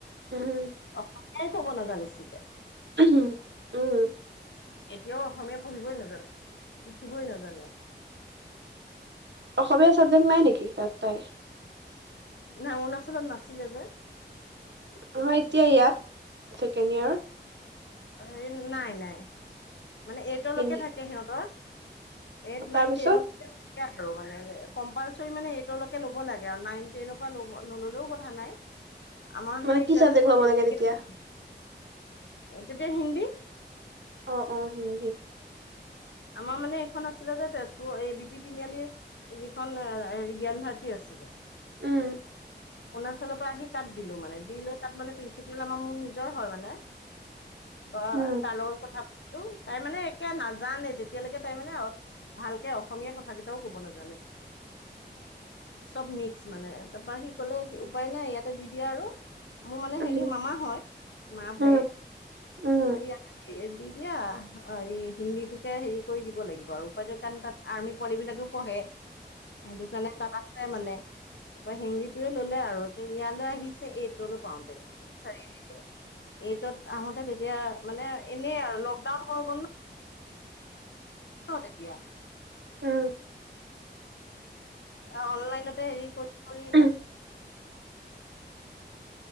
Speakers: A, on the right; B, on the left.
A: উম
B: অসমীয়াই ক'ব নাজানিছিলে।
A: উম, উম।
B: এতিয়াও অসমীয়া পঢ়িবই নাজানে লিখিবই নাজানে।
A: অসমীয়া চাবজেক্ট নাই নেকি তাত তাই।
B: নাই অৰুণাচলত নাছিলে যে।
A: নহয় এতিয়া ইয়াত ছেকেণ্ড ইয়েৰত।
B: অ হেৰি নাই নাই। মানে এইটলৈকে
A: হিন্দী
B: থাকে সিহঁতৰ এইট,
A: তাৰপিছত
B: নাইন, টেনৰত তাকে আৰু মানে কম্পালচৰি মানে এইটলৈকে ল'ব লাগে আৰু নাইন টেনৰ পৰা ল নললেও কথা নাই। আমাৰ
A: মানে
B: সেই
A: কি
B: তেজপুৰ
A: চাবজেক্ট ল'ব
B: যিখিনি
A: লাগে তেতিয়া
B: তেতিয়া হিন্দী।
A: অ', অ', হিন্দী।
B: আমাৰ মানে এইখন আছিলে যে তেজপুৰ এই বি পি তিনিআলি। যিখন হেৰি জ্ঞান ভাৰতী আছিলে।
A: উম,
B: অৰুণাচলৰ পৰা আহি তাত দিলো মানে দিলৈ তাত মানে প্ৰিন্সিপাল আমাৰ মোৰ নিজৰ হয় মানে। বা
A: উম
B: তাৰ লগত কথা পাতিলো তাই মানে একে নাজানে তেতিয়ালৈকে তাই মানে। ভালকে অসমীয়া কথা কেইটাও কব নাজানে। চব মিক্স মানে তাৰপৰা সি কলে উপায় নাই ইয়াতে দি দিয়া আৰু। মোৰ মানে
A: উম
B: হেৰি মামা হয় মা ভায়েক
A: উম উম
B: তাপা ইয়াক। দি দিয়া হেৰি হিন্দীটোকে হেৰি কৰি দিব লাগিব আৰু উপায়টো কাণ তাত। আৰ্মি পোৱালিবিলাকেও পঢ়ে। সেইটো কাৰণে তাত আছে মানে হিন্দীটোয়ে ললে আৰু ইয়ালৈ আহিছ এইটলৈ পাওতে চাৰিআলিলে এইটত আহোতে তেতিয়া। মানে এনেই আৰু লকডাউন হৈ গ'ল। ন এতিয়া।
A: উম
B: অ অনলাইনতে হেৰি কৰি কৰি।
A: উম।